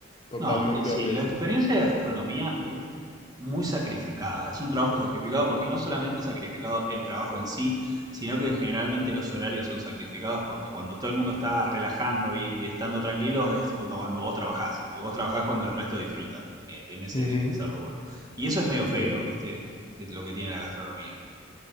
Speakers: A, on the left; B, on the right.
A: totalmente
B: No, eh, sí,
A: horrible.
B: la experiencia de gastronomía es muy sacrificada, es un trabajo sacrificado porque no solamente es sacrificado el trabajo en sí, sino que generalmente los horarios son sacrificados porque cuando todo el mundo está relajando y estando tranquilos es cuando vos trabajás, porque vos trabajás cuando el resto disfruta eh, en ese,
A: Ujú,
B: en ese rubro. Y eso es medio
A: Sí,
B: feo, ¿viste? Que- es Lo que tiene la gastronomía.